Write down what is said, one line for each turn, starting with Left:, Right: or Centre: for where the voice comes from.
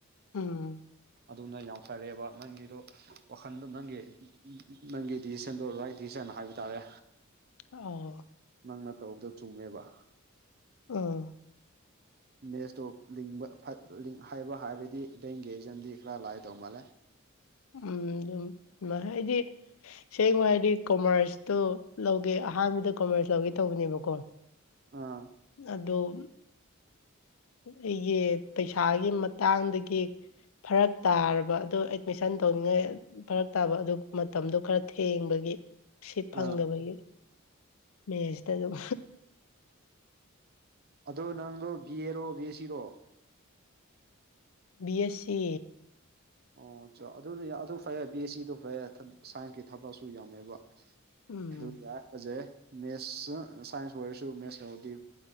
Left: ꯎꯝ
Right: ꯑꯗꯨꯅ ꯌꯥꯝ ꯐꯔꯦꯕ ꯅꯪꯒꯤꯗꯣ ꯋꯥꯈꯟꯗꯣ ꯅꯪꯒꯤ ꯅꯪꯒꯤ ꯗꯤꯁꯤꯁꯟ ꯗꯣ ꯔꯥꯢꯠ ꯗꯤꯁꯤꯖꯟ ꯍꯥꯢꯕ ꯇꯥꯔꯦ
Left: ꯑꯣ
Right: ꯅꯪꯅ ꯇꯧꯕꯗꯨ ꯆꯨꯝꯃꯦꯕ
Left: ꯎꯝ
Right: ꯃꯦꯁꯇꯣ ꯂꯤꯡꯕ ꯐꯠ ꯂꯤꯡ ꯍꯩꯕ ꯍꯥꯢꯔꯗꯤ ꯕꯦꯡꯒꯤ ꯑꯦꯖꯥꯝꯗꯤ ꯈꯔ ꯂꯥꯢꯒ ꯇꯧ ꯃꯥꯜꯂꯦ
Left: ꯎꯝ ꯑꯗꯨꯝ ꯍꯥꯢꯗꯤ ꯁꯦꯡꯅꯣ ꯍꯥꯢꯗꯤ ꯀꯣꯃꯔꯁ ꯇꯣ ꯂꯧꯒꯦ ꯑꯍꯥꯟꯕꯗ ꯀꯃꯔꯁ ꯂꯧꯒꯦ ꯇꯧꯕꯅꯦꯕꯀꯣ
Right: ꯑ
Left: ꯑꯗꯨꯝ ꯑꯩꯒꯤ ꯄꯩꯁꯥꯒꯤ ꯃꯇꯥꯡꯗꯒꯤ ꯐꯔꯛ ꯇꯥꯔꯕ ꯑꯗꯣ ꯃꯤꯁꯟ ꯇꯧꯅꯤꯡꯉꯥꯢ ꯐꯔꯛ ꯇꯥꯕ ꯑꯗꯨ ꯃꯇꯝꯗꯣ ꯈꯔ ꯊꯦꯡꯕꯒꯤ ꯁꯤꯠ ꯐꯪꯗꯕꯒꯤ
Right: ꯑꯥ
Left: ꯃꯦꯁꯇ ꯑꯗꯨꯝ
Right: ꯑꯗꯣ ꯅꯪꯗꯣ ꯕꯤ ꯑꯦꯔꯣ ꯕꯤ ꯑꯦꯁ ꯁꯤꯔꯣ
Left: ꯕꯤ ꯑꯦꯁ ꯁꯤ
Right: ꯑꯣ ꯆꯥ ꯑꯗꯨꯗꯤ ꯑꯗꯨ ꯐꯩ ꯕꯤ ꯑꯦꯁ ꯁꯤ ꯑꯗꯨ ꯐꯩ ꯁꯥꯏꯟꯁꯀꯤ ꯊꯕꯛꯁꯨ ꯌꯥꯝꯃꯦꯕ
Left: ꯎꯝ
Right: ꯑꯗꯨ ꯌꯥꯢ ꯐꯖꯩꯍꯦ ꯃꯦꯠꯁ ꯁꯥꯏꯟꯁ ꯑꯣꯢꯔꯁꯨ ꯃꯦꯠꯁ ꯂꯧꯔꯗꯤ